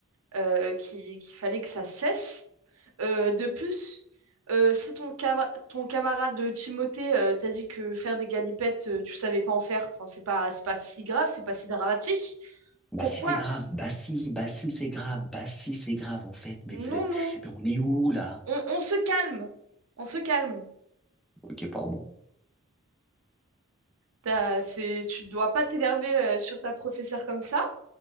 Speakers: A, on the right (about 85°); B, in the centre.
A: euh, qui- qu'il fallait que ça cesse. Euh, de plus, euh, si ton, cama- ton camarade Timothée euh, t'a dit que faire des galipettes, euh, tu savais pas en faire, enfin, c'est pas, c'est pas si grave, c'est pas si dramatique,
B: Bah
A: pourquoi?
B: si, c'est grave. Bah si, bah si, c'est grave. Bah si, c'est grave, en fait. Mais vous
A: Non,
B: êtes,
A: non,
B: mais on est où, là?
A: on, on se calme, on se calme.
B: Ok, pardon.
A: T'as- c'est, tu ne dois pas t'énerver euh, sur ta professeure comme ça.